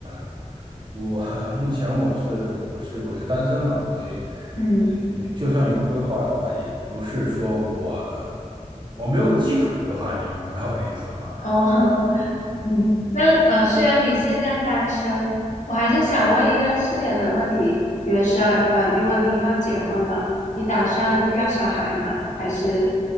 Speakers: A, on the right; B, on the left.
A: <laughs> 我 <laughs> 目前我是我是我是单身嘛，所以
B: 嗯。
A: 嗯就算有规划的话，也不是说我我没有基础规划，你明白我的意思吗？
B: 哦，<laughs> 嗯，那呃，虽然你现在单身，我还是想问一个私人的问题，比如说，呃，如果你以后结婚了，你打算要小孩吗？还是